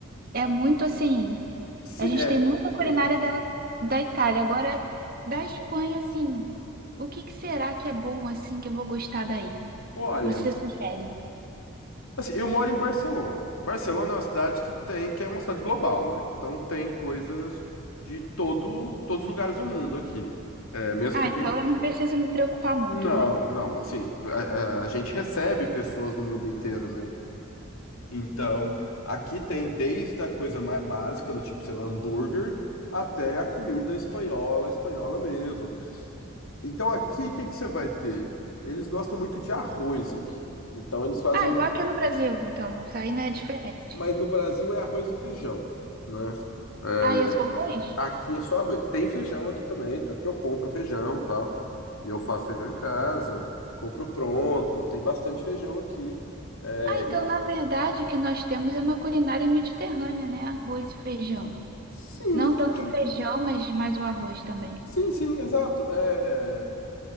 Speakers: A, on the right; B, on the left.
A: é muito assim,
B: Sim,
A: a gente
B: é,
A: tem muita culinária
B: sim.
A: da, da Itália. Agora, da Espanha, assim, o que que será que é bom assim que eu vou gostar daí?
B: Olha,
A: Você sugere?
B: assim, eu moro em Barcelona. Barcelona é uma cidade que tem, que é uma cidade global, né? Então tem coisas de todo, todos os lugares do mundo aqui. É, mesmo
A: Ah,
B: porque.
A: então eu não preciso me preocupar muito,
B: Não,
A: né?
B: não, assim, a, a- a gente recebe pessoas do mundo inteiro, né? Então, aqui tem desde a coisa mais básica, do tipo, sei lá, hambúrguer, até a comida espanhola, espanhola mesmo. Então aqui, o que que você vai ter? Eles gostam muito de arroz aqui. Então eles fazem.
A: Ah, igual aqui no Brasil, então, isso aí não é diferente.
B: Mas no Brasil é arroz e feijão, né? É,
A: Ah, e é só arroz?
B: Aqui é só arroz. Tem feijão aqui também, tanto que eu compro feijão e tal. E eu faço feijão em casa, compro pronto. Tem bastante feijão aqui. É,
A: Ah, então
B: e-
A: na verdade o que nós temos é uma culinária mediterrânea, né? Arroz e feijão.
B: Sim,
A: Não tanto
B: sim.
A: feijão, mas mais o arroz também.
B: Sim, sim, exato. É,